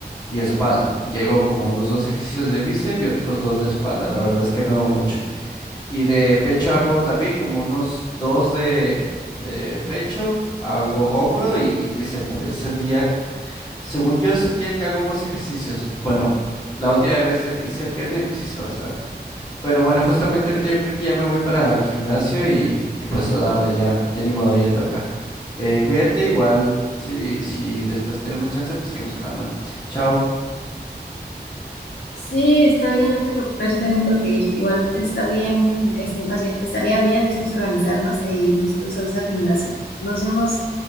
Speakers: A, on the left; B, on the left.
A: y espalda. Llego como unos dos ejercicios de bíceps y otros dos de espalda. La verdad es que no hago mucho. Y de pecho hago también como unos dos de, de pecho, hago hombro y, y tríceps. Es el día, según yo, es el día que hago más ejercicios. Bueno, la última vez eh, hice pierna y pues hice bastante. Pero bueno, justamente ahorita yo creo que ya me voy para el gimnasio y, y pues a darle ya, ya ni modo, ya toca. Eh, cuídate, igual, si, si después tenemos chance, pues seguimos hablando. Chao.
B: Sí, está bien, no te preocupes, yo también me tengo que ir. Igual está bien, este, más bien, estaría bien después organizarnos e irnos y todos al al gimnasio. Nos vemos.